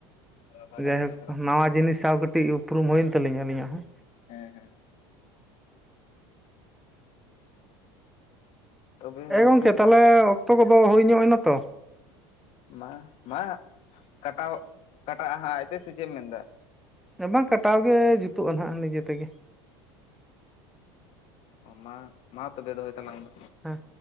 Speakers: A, on the left; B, in the centre.
A: ᱢᱮᱱᱟ ᱵᱟᱵᱮᱱ
B: ᱡᱟᱭᱦᱳᱠ
A: ᱟᱸᱡᱚᱢ ᱵᱟᱲᱟ ᱟᱠᱟᱫᱟ
B: ᱱᱟᱣᱟ ᱡᱤᱱᱤᱥ ᱥᱟᱶ ᱠᱟᱹᱴᱤᱡ ᱩᱯᱨᱩᱢ ᱦᱩᱭᱮᱱ ᱛᱟᱞᱤᱧᱟ ᱟᱞᱤᱧᱟᱜ ᱦᱚᱸ
A: ᱦᱮᱸ ᱦᱮᱸ ᱛᱚᱵᱮ
B: ᱮᱸ
A: ᱜᱚᱝᱠᱮ
B: ᱜᱚᱢᱠᱮ ᱛᱟᱦᱚᱞᱮ ᱚᱠᱛᱚ ᱠᱚᱫᱚ ᱦᱩᱭ ᱧᱚᱜ ᱮᱱᱟ ᱛᱚ
A: ᱢᱟ ᱢᱟ ᱠᱟᱴᱟᱣᱚᱜ ᱠᱟᱴᱟᱜ ᱟᱦᱟᱜ ᱟᱭᱛᱮ ᱥᱮ ᱪᱮᱫ ᱮᱢ ᱢᱮᱱ ᱮᱫᱟ
B: ᱵᱟᱝ ᱠᱟᱴᱟᱣ ᱜᱮ ᱡᱩᱛᱩᱜᱼᱟ ᱱᱟᱦᱟᱜ ᱱᱤᱡᱮ ᱛᱮᱜᱮ
A: ᱚ ᱢᱟ ᱢᱟ ᱛᱚᱵᱮ ᱫᱚᱦᱚᱭ ᱛᱟᱞᱟᱝ ᱢᱮ
B: ᱦᱮᱸ